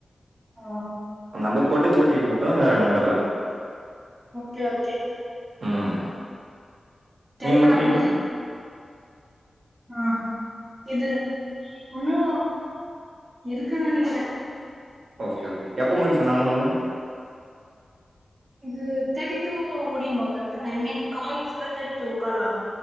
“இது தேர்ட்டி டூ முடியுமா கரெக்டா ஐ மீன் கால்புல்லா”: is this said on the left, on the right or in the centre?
Right